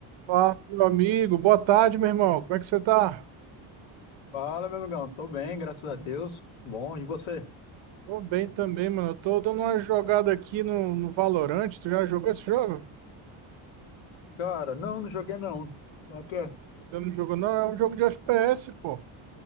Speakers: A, on the right; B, on the left.
A: Fala, meu amigo. Boa tarde, meu irmão. Como é que você tá?
B: Fala, meu amigão. Tô bem, graças a Deus. Bom, e você?
A: Tô bem também, mano. Eu tô dando uma jogada aqui no, no Valorant. Tu já jogou esse jogo?
B: Cara, não, não joguei não. Como é que é?
A: Eu não jogo, não. É um jogo de FPS, pô.